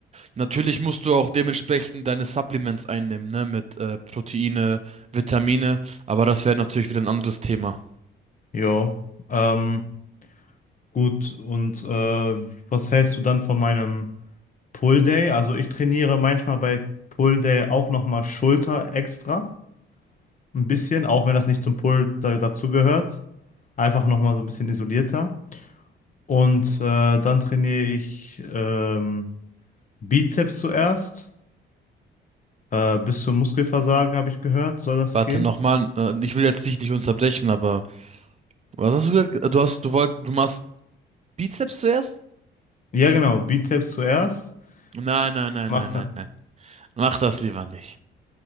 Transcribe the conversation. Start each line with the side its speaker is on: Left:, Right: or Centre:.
Right: Natürlich musst du auch dementsprechend deine Supplements einnehmen, ne, mit äh, Proteine, Vitamine, aber das wäre natürlich wieder ein anderes Thema.
Left: Jo. Ähm, gut, und äh, was hältst du dann von meinem Pull Day? Also ich trainiere manchmal bei Pull Day auch nochmal Schulter extra. Ein bisschen, auch wenn das nicht zum Pull da, dazugehört. Einfach nochmal so ein bisschen isolierter. Und äh, dann trainiere ich ähm, Bizeps zuerst. Äh, bis zum Muskelversagen, habe ich gehört, soll das
Right: Warte
Left: gehen?
Right: nochmal, äh, ich will jetzt dich nicht unterbrechen, aber was hast du gesagt? Du hast, du wollt, du machst Bizeps zuerst?
Left: Ja, genau. Bizeps zuerst.
Right: Nein, nein, nein,
Left: Macht,
Right: nein, nein, nein. Mach das lieber nicht.